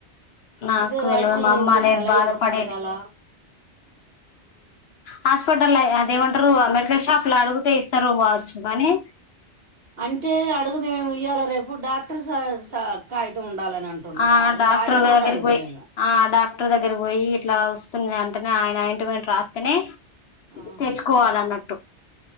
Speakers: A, on the left (about 65°); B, on the right (about 55°).
A: నాకు
B: అదే
A: తెలిదు
B: వాటిని
A: మా అమ్మ
B: ఏం చెయ్యాలా
A: అనేది బాధపడేది
B: ఎవరిని అడగాల
A: హాస్పిటల్ అదేమంటారు మెడికల్ షాప్ లో అడిగుతే ఇస్తారు పోవచ్చు కానీ
B: అంటే అడుగుదు ఏమి ఇయ్యాల రేపు డాక్టర్ కాగితం ఉండాలని అంటుండ్రుగా
A: ఆ డాక్టర్
B: దానికి
A: వగరి
B: కూడా అడుగుతురేమో
A: పోయి డాక్ కుటర్ దగ్గర పోయి ఇట్లా వస్తుంది అంటేనే ఆయన ఇంటి పం రాస్తేనే
B: ఆ
A: తెచ్చుకోవాల అన్నట్టు